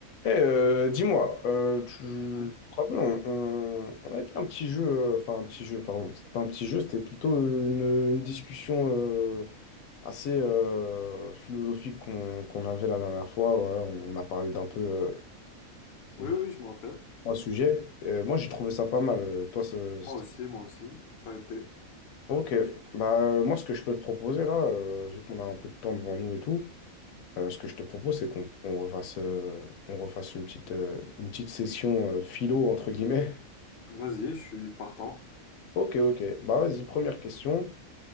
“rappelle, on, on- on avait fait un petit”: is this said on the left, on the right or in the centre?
Left